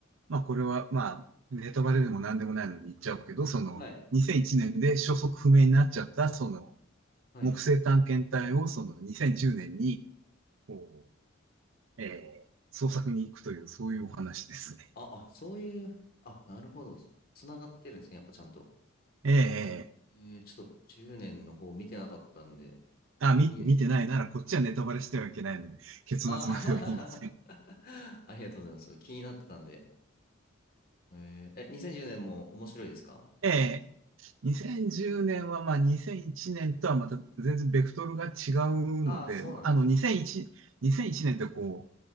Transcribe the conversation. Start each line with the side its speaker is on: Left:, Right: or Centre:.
Right: まあ、これは、まあ、ネタバレでも何でもないのに言っちゃうけど、その、
Left: はい。
Right: 2001年で消息不明になっちゃった、その、
Left: はい。
Right: 木星探検隊をその2010年に、こう、えー、捜索に行くという、そういうお話ですね。
Left: あ、あ、そういう、あ、なるほど。つながってるんですね。やっぱちゃんと。
Right: えー
Left: えー、ちょっと10年の方見てなかったんで。
Right: あ、み、
Left: い
Right: 見てないなら、こっちはネタバレしてはいけないので、結末までは言いません。
Left: あー <laughs> ありがとうございます。気になってたんで。えーえ、2010年も面白いですか
Right: え2010年は、まあ、2001年とはまた全然ベクトルが違うので、
Left: ああー、そうなんですね。
Right: まあの、2001、2001年ってこ